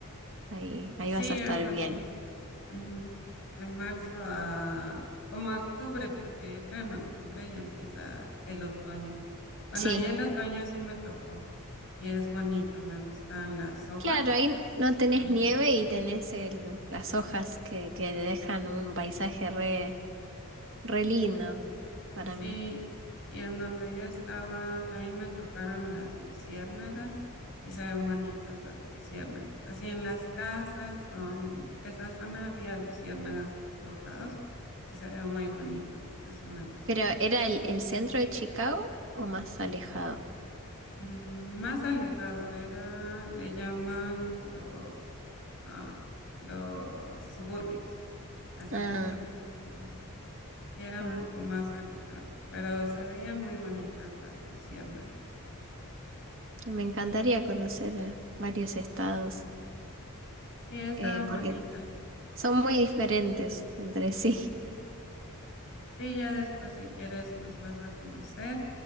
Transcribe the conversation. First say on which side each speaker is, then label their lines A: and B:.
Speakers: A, on the right; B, on the left.
A: Ahí,
B: Sí,
A: ahí vas a estar
B: algo así.
A: bien.
B: ujú. De marzo a como a octubre, porque yo creo en octubre ya empieza el otoño. Bueno,
A: Sí.
B: ya el otoño sí me tocó y es bonito, me gustan las hojas.
A: Claro, ahí no tenés
B: Ajá.
A: nieve y tenés el- las hojas que, que le dejan un paisaje re, re lindo para
B: Sí,
A: mí.
B: y en donde yo estaba también me tocaron las luciérnagas y se ven bonitas las luciérnagas. Así en las casas o en esa zona había luciérnagas por todos lados y se ve muy bonito, eso me gustó.
A: Pero ¿era el, el centro de Chicago o más alejado?
B: Mm, más alejado era, le llaman los, ah, los suburbios, así
A: Ah,
B: les llaman. Ujú. Sí, era
A: ah,
B: un poco más alejado, pero se veían muy bonitas las luciernas.
A: me encantaría conocer eh, varios estados
B: Sí, estaban
A: eh, porque
B: bonitas.
A: son muy diferentes entre sí.
B: Sí, ya después si quieres los vas a conocer